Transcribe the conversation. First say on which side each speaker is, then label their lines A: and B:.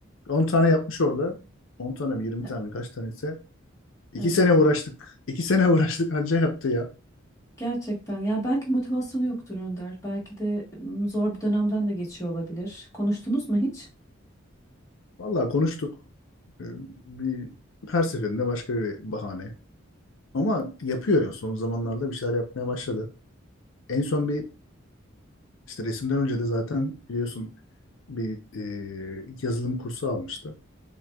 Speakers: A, on the left; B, on the left.
A: 10 tane yapmış orada. on tane mi 20
B: e-
A: tane mi kaç tanesi. 2
B: evet.
A: sene uğraştık. 2 sene <laughs> uğraştık anca yaptı ya.
B: Gerçekten. Ya belki motivasyonu yoktur Önder. Belki de m, zor bir dönemden de geçiyor olabilir. Konuştunuz mu hiç?
A: Vallahi konuştuk. E, bir, her seferinde başka bir bahane. Ama yapıyor ya son zamanlarda bir şeyler yapmaya başladı. En son bir işte resimden önce de zaten biliyorsun bir e, yazılım kursu almıştı.